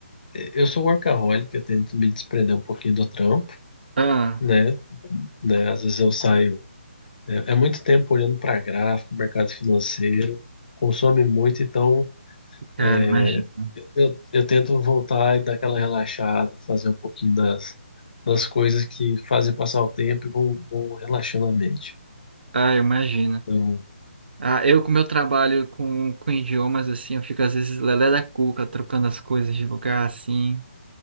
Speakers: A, on the left; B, on the right.
A: eu sou workaholic, eu tento me desprender um pouquinho do trampo,
B: Ah,
A: né? né? Às vezes eu saio. É, é muito tempo olhando para gráfico, mercado financeiro, consome muito, então
B: cara,
A: é,
B: imagina.
A: eu, eu tento voltar e dar aquela relaxada, fazer um pouquinho das, das coisas que fazem passar o tempo e vão, vão relaxando a mente.
B: Ah, imagina.
A: Então,
B: Ah, eu com meu trabalho com, com idiomas, assim, eu fico às vezes lelé da cuca, trocando as coisas de lugar, assim.